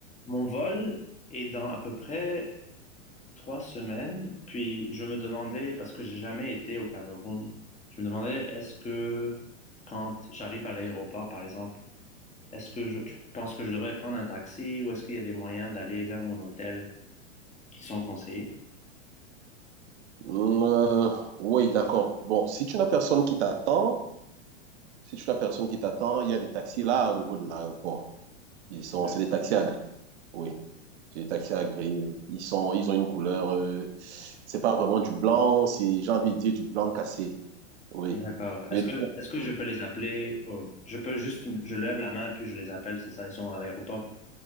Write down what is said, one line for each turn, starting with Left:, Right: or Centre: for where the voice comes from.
Left: Mon vol est dans à peu près trois semaines, puis je me demandais, parce que j'ai jamais été au Cameroun, je me demandais est-ce que quand j'arrive à l'aéroport, par exemple, est-ce que je, tu penses que je devrais prendre un taxi ou est-ce qu'il y a des moyens d'aller vers mon hôtel qui sont conseillés?
Right: Euh, oui, d'accord. Bon, si tu n'as personne qui t'attend, si tu n'as personne qui t'attend, il y a des taxis là au niveau de l'aéroport. Ils sont,
Left: D'ac-
Right: c'est des taxis à gris. Oui, c'est des taxis à gris. Ils sont, ils ont une couleur. euh, c'est pas vraiment du blanc. C'est, j'ai envie de dire du blanc cassé. Oui.
Left: D'accord. Est-ce
Right: Mais
Left: que est-ce que je peux les appeler? euh, je peux juste, je lève la main puis je les appelle, c'est ça, ils sont à l'aéroport.